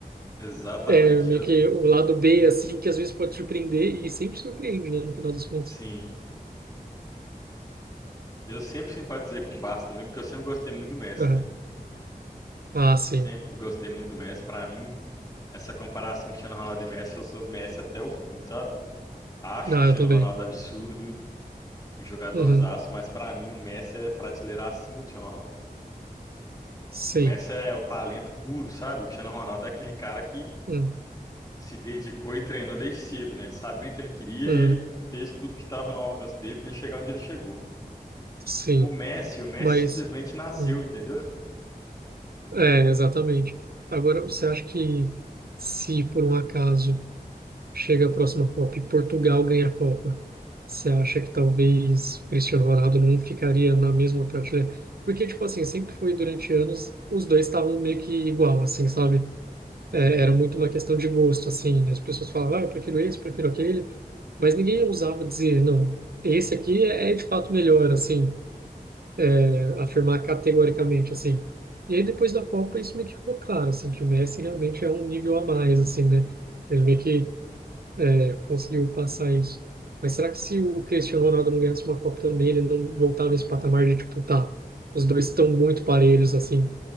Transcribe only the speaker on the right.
é, meio
que o lado B, assim, que às vezes pode surpreender e sempre surpreende, né, no final das contas.
Aham.
Ah, sim.
Ah,
eu também.
Uhum.
Sim.
Hum.
Uhum.
Sim.
Mas,
hum.
É, exatamente. Agora, você acha que se por um acaso chega a próxima Copa e Portugal ganha a Copa, você acha que talvez o Cristiano Ronaldo não ficaria na mesma prateleira? Porque, tipo assim, sempre foi durante anos, os dois estavam meio que igual, assim, sabe? É,
era muito uma questão de gosto, assim. As pessoas falavam, ah, eu prefiro esse, eu prefiro aquele, mas ninguém ousava dizer, não, esse aqui é, é de fato melhor, assim, é, afirmar categoricamente, assim. E aí, depois da Copa, isso meio que ficou claro, assim, que o Messi realmente é um nível a mais, assim, né? Ele meio que é, conseguiu passar isso. Mas será que se o Cristiano Ronaldo não ganhasse uma Copa também, ele não voltava a esse patamar de, tipo, tá, os dois estão muito parelhos, assim.